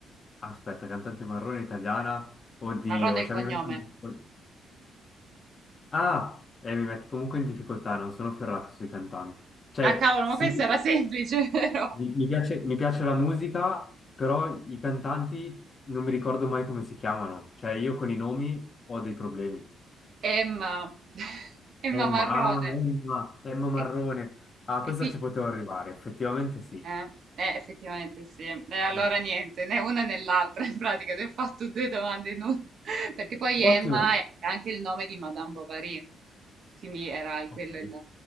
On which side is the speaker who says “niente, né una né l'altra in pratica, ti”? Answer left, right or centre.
Right